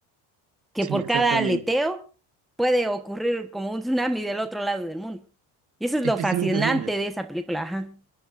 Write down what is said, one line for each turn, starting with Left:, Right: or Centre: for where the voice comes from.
Centre: que
Right: Sí,
Centre: por
Right: exactamente.
Centre: cada aleteo puede ocurrir como un tsunami del otro lado del mundo. Y eso es
Right: Es,
Centre: lo fascinante
Right: es increíble.
Centre: de esa película, ajá.